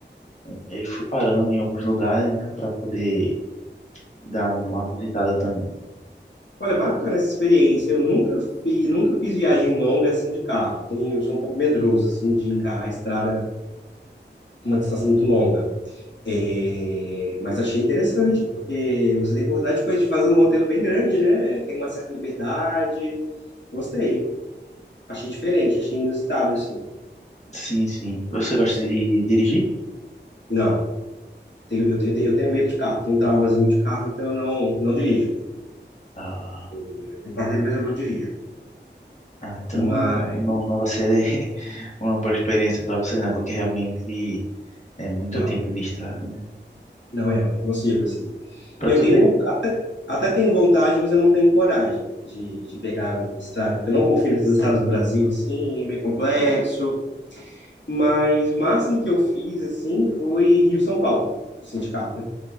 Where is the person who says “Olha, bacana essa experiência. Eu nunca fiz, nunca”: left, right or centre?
Left